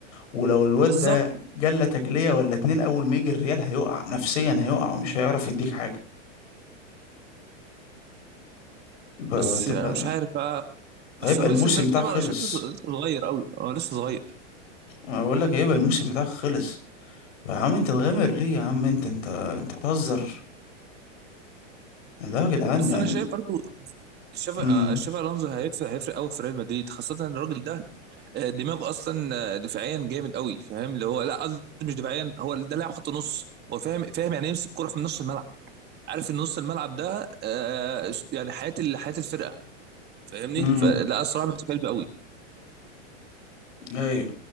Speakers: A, on the left; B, on the right.
A: ولو الواد
B: بالظبط
A: ده جلى تجليه ولا اتنين اول ما يجي الريال هيقع نفسيا هيقع ومش هيعرف يديك حاجه ب-
B: بس
A: تبقى
B: انا مش عارف بس
A: هيبقى
B: هويسن
A: الموسم
B: ده
A: بتاعك خلص
B: بقى انا شايفه لسه صغير قوي اه لسه صغير
A: انا بقول لك هيبقى الموسم بتاعك خلص يا عم انت تغامر ليه يا عم انت انت انت بتهزر لا يا جدعان
B: بس
A: يعني
B: انا شايف برضو شاف
A: امم
B: شاف الونزو هيفرق هيفرق قوي في ريال مدريد خاصه ان الراجل ده آه، دماغه اصلا آه، دفاعيا جامد قوي فاهم اللي هو لا قصدي مش دفاعيا هو ده لاعب خط نص هو فاهم فاهم يعني إيه يمسك الكره في نص الملعب عارف ان نص الملعب ده آه، يعني حياه ال- حياه الفرقه فاهمني
A: امم
B: فلا الصراحه متفائل بيه قوي
A: ايوه